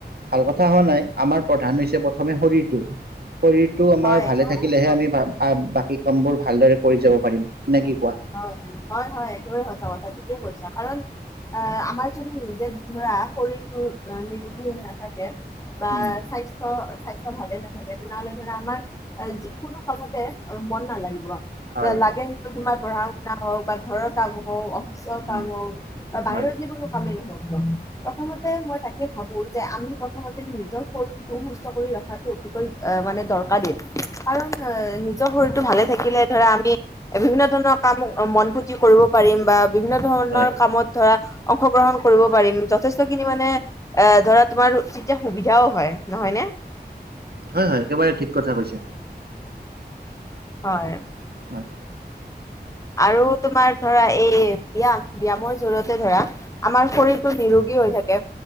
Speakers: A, on the right (about 65°); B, on the left (about 20°).
A: ভাল কথা হোৱা নাই আমাৰ প্ৰধান হৈছে প্ৰথমে শৰীৰটো। শৰীৰটো আমাৰ
B: হয়
A: ভালে থাকিলেহে আমি বাকী কাম বোৰ ভালদৰে কৰি যাব পাৰিম। নে কি কোৱা?
B: হয়, হয়, হয়, হয়, একেবাৰে সঁচা কথা ঠিকে কৈছা। কাৰণ আহ আমাৰ যদি নিজে ধৰা শৰীৰটো নিৰোগী হৈ নাথাকে বা
A: উম,
B: স্বাস্থ্য অ', স্বাস্থ্য ভালে নাথাকিলে তেনেহ'লে আমাৰ যি কোনো কামতে অ', মন নালাগিব।
A: হয়
B: লাগে ন তোমাৰ পঢ়া-শুনা হওক বা ঘৰৰ কাম হওক। কাম
A: উম,
B: হক বা বাহিৰৰ
A: হয়
B: যিকোনো কামেই নহওক কিয়। প্ৰথমতে মই তাকে ভাবো যে, আমি প্ৰথমতে নিজৰ শৰীৰটো সুস্থ কৰি ৰখাটো মানে দৰকাৰী। কাৰণ এ নিজৰ শৰীৰটো ভালে থাকিলে ধৰা আমি বিভিন্ন ধৰণৰ কাম, মন পু্তি কৰিব পাৰিম বা বিভিন্ন ধৰণৰ
A: হয়,
B: কামত ধৰা অংশগ্ৰহণ কৰিব পাৰিম যথেষ্ট খিনি মানে এ, ধৰা তোমাৰ তেতিয়া সুবিধাও হয়, নহয় নে।
A: হয়, হয়, একেবাৰে ঠিক কথা কৈছা।
B: হয়।
A: হয়।
B: আৰু তোমাৰ ধৰা এই ব্যায়াম, ব্যয়ামৰ জৰিয়তে ধৰা। আমাৰ শৰীৰটো নিৰোগী হৈ থাকে।